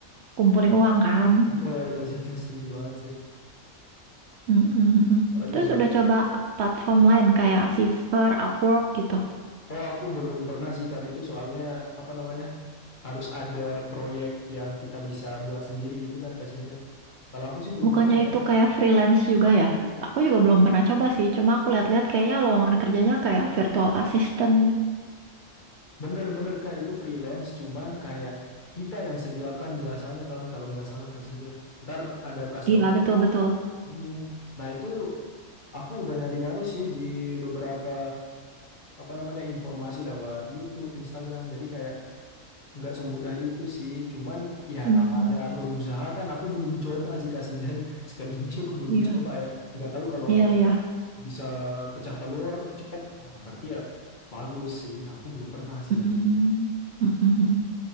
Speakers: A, on the right; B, on the left.
A: kumpulin uang kan.
B: nomor Kak Sintia setuju banget sih
A: Mm, mm, mm.
B: apalagi
A: Terus
B: buat
A: udah coba platform lain kayak Fiverr, Upwork gitu.
B: oh aku belum pernah sih kan itu soalnya apa namanya harus ada proyek yang kita bisa buat sendiri gitu kan Kak Sintia kalau aku sih belum
A: Bukannya
B: pernah ya
A: itu kayak freelance juga ya? Aku juga belum pernah coba sih. Cuma aku lihat-lihat kayaknya lowongan kerjanya kayak virtual assistant.
B: Bener-bener Kak itu freelance cuman kayak kita yang sediakan jasanya kan kalau nggak salah Kak Cynthia. Ntar ada customer.
A: Iya, betul-betul.
B: Hmm, Nah itu aku udah nyari-nyari sih di beberapa apa namanya informasi lewat YouTube, Instagram. Jadi kayak nggak semudah itu sih. Cuman ya
A: Hmm,
B: namanya berusaha kan aku belum coba sih Kak Cynthia. <laughs> Sekali lagi aku belum
A: Iya,
B: coba ya. Nggak tahu kalau
A: iya,
B: orang-orang
A: iya.
B: bisa pecah telur cepet. Nah berarti ya bagus sih. Nah aku belum pernah sih
A: Mm,
B: Kak
A: mm, mm, mm.